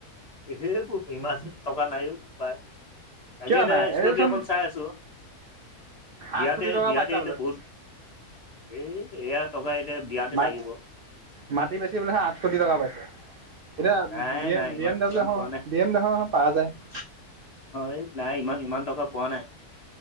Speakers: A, on the left (about 25°); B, on the right (about 65°).
A: <unintelligible> ইমান টকা নাই ঔ বোপায়। আজি
B: কিয়
A: এতিয়া
B: নাই এইচোন
A: স্কপিঅখন চাই আছো, বিয়াতে
B: আঠ কোটি টকা
A: বিয়াতে
B: পাইছা
A: এতিয়া
B: বোলেচোন
A: বহুত <unintelligible> এয়া টকা এতিয়া বিয়াতে
B: মা
A: লাগিব।
B: মাটি বেছি বোলে আঠ কোটি টকা পাইছে। এতিয়া
A: নাই
B: বি
A: নাই
B: এম
A: ইমান
B: বি এম ডাব্লিউ
A: ইমান পোৱা নাই
B: বি এম এখন <unintelligible>
A: হয়, নাই ইমান ইমান টকা পোৱা নাই।